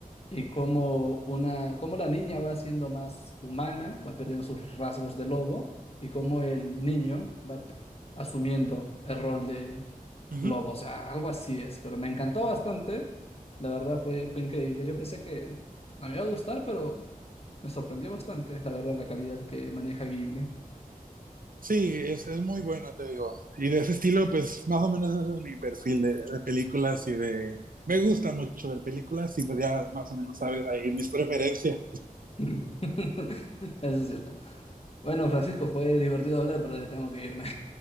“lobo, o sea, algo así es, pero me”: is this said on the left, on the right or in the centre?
Left